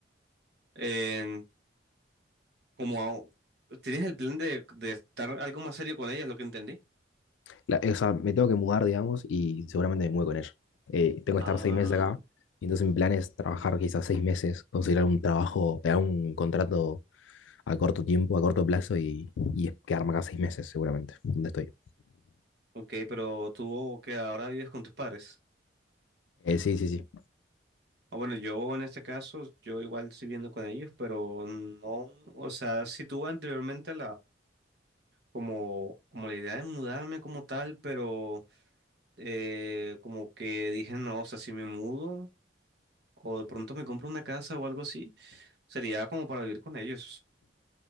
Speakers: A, on the right; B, on the left.
A: En- como tienes el plan de, de estar algo más serio con ella, es lo que entendí.
B: la- o sea, me tengo que mudar, digamos, y seguramente me muevo con ella. Eh, tengo
A: Ah,
B: que estar seis meses acá, y entonces mi plan es trabajar quizás seis meses, conseguir algún trabajo, eh, algún contrato a corto tiempo, a corto plazo, y, y quedarme acá seis meses, seguramente, donde estoy.
A: ok, pero tú que ahora vives con tus padres.
B: Eh, sí, sí, sí.
A: Ah, bueno, yo en este caso, yo igual estoy viviendo con ellos, pero no, o sea, si tú anteriormente como, como la idea de mudarme como tal, pero eh, como que dije, no, o sea, si me mudo o de pronto me compro una casa o algo así, sería como para vivir con ellos.